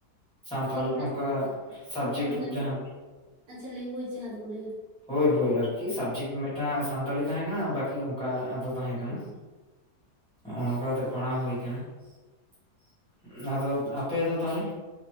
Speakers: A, in the centre; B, on the right (about 65°).
A: ᱥᱟᱱᱛᱟᱞ
B: ᱤᱭᱟᱹ ᱢᱟᱱᱮ
A: ᱚᱱᱠᱟ ᱥᱟᱵᱽᱡᱮᱠᱴ
B: ᱚ ᱢᱟᱱᱮ
A: ᱡᱟᱦᱟᱸ
B: ᱟᱪᱪᱷᱟ ᱞᱮᱝᱜᱩᱭᱮᱡᱽ ᱡᱟᱦᱟᱸ ᱫᱚᱠᱚ ᱞᱟᱹᱭᱟ ᱾
A: ᱦᱳᱭ ᱦᱳᱭ ᱟᱨᱠᱤ ᱥᱟᱵᱡᱮᱠᱴ ᱢᱤᱫᱴᱟᱝ ᱥᱟᱱᱛᱟᱞᱤ ᱛᱟᱦᱮᱸ ᱠᱟᱱᱟ ᱵᱟᱠᱤ ᱚᱱᱠᱟ ᱟᱫᱚ ᱛᱟᱦᱮᱸ
B: ᱵᱟᱝ
A: ᱠᱟᱱᱟ ᱱᱚᱜᱼᱚ ᱱᱚᱝᱠᱟ ᱠᱟᱛᱮ ᱯᱟᱲᱦᱟᱣ ᱦᱩᱭ ᱠᱟᱱᱟ ᱾ ᱟᱫᱚ ᱟᱯᱮ ᱫᱚ ᱛᱟᱦᱚᱞᱮ